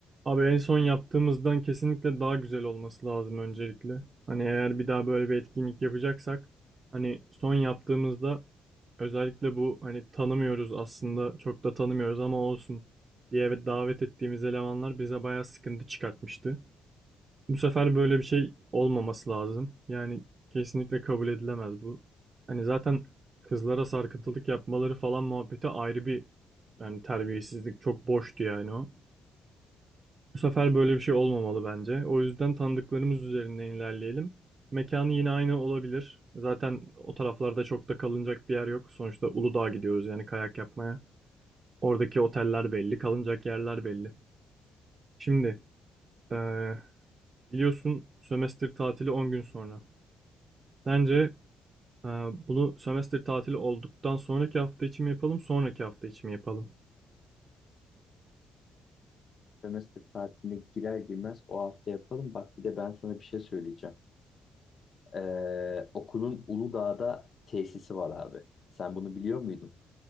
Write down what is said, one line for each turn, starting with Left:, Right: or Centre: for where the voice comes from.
Right: Abi en son yaptığımızdan kesinlikle daha güzel olması lazım öncelikle. Hani eğer bir daha böyle bir etkinlik yapacaksak hani son yaptığımızda özellikle bu hani tanımıyoruz aslında çok da tanımıyoruz ama olsun diye davet ettiğimiz elemanlar bize bayağı sıkıntı çıkartmıştı. Bu sefer böyle bir şey olmaması lazım. Yani kesinlikle kabul edilemez bu. Hani zaten kızlara sarkıntılık yapmaları falan muhabbeti ayrı bir yani terbiyesizlik çok boştu yani o. Bu sefer böyle bir şey olmamalı bence. O yüzden tanıdıklarımız üzerinden ilerleyelim. Mekanı yine aynı olabilir. Zaten o taraflarda çok da kalınacak bir yer yok. Sonuçta Uludağ'a gidiyoruz yani kayak yapmaya. Oradaki oteller belli, kalınacak yerler belli. Şimdi, eee, biliyorsun sömestr tatili 10 gün sonra. Sence eee, bunu sömestr tatili olduktan sonraki hafta için mi yapalım, sonraki hafta için mi yapalım?
Left: Sömestr tatiline girer girmez o hafta yapalım. Bak bir de ben sana bir şey söyleyeceğim. Ee, okulun Uludağ'da tesisi var abi. Sen bunu biliyor muydun?